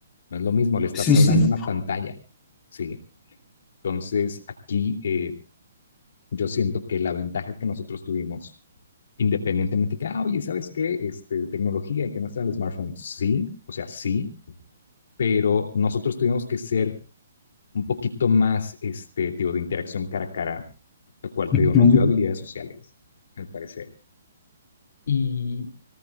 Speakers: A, on the left (about 65°); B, on the left (about 20°).
A: No es lo mismo, le estás
B: Sí, sí,
A: hablando a una pantalla, ¿sí? Entonces, aquí eh, yo siento que la ventaja que nosotros tuvimos, independientemente que, ah, oye, ¿sabes qué? Este, tecnología y que no está en el smartphone, sí, o sea, sí, pero nosotros tuvimos que ser un poquito más, este, tío, de interacción cara a cara, lo cual,
B: ujú,
A: te digo, nos dio habilidades sociales, me parece. Y,